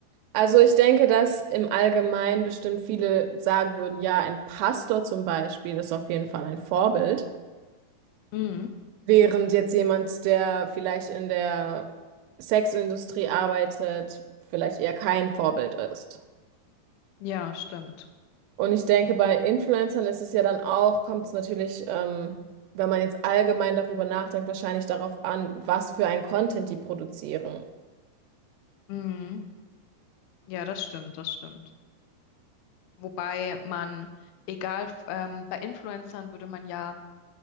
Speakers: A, on the right (about 85°); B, on the left (about 80°).
A: Also ich denke, dass im Allgemeinen bestimmt viele sagen würden, ja, ein Pastor zum Beispiel ist auf jeden Fall ein Vorbild.
B: Hm,
A: Während jetzt jemand, der vielleicht in der Sexindustrie arbeitet, vielleicht eher kein Vorbild ist.
B: ja, stimmt.
A: Und ich denke, bei Influencern ist es ja dann auch, kommt es natürlich, ähm, wenn man jetzt allgemein darüber nachdenkt, wahrscheinlich darauf an, was für ein Content die produzieren.
B: Hm, ja, das stimmt, das stimmt. Wobei man, egal, ähm, bei Influencern würde man ja